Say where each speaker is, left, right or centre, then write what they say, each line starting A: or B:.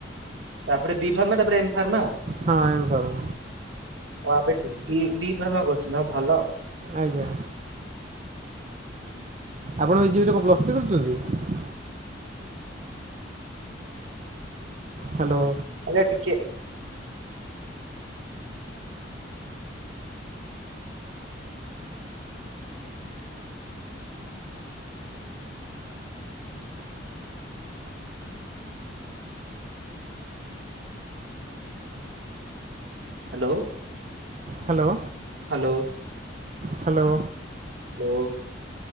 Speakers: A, on the right; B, on the right.
A: ତାପରେ ବି ଫାର୍ମା ତାପରେ ଏମ ଫାର୍ମା ଆଉ।
B: ହଁ ଏମପାରୁ।
A: ହ ଆପ ଦି ଦି ଫାରମା କରୁଛନ୍ତି ଭଲ।
B: ଆଜ୍ଞା। ଆପଣ ଏ ଯିବିଟ କଣପ୍ଲସ୍ତି କରୁଛନ୍ତି? ହ୍ୟାଲୋ।
A: ଆଗା ଟିକେ। Hello.
B: Hello
A: hello.
B: Hello.
A: Hello.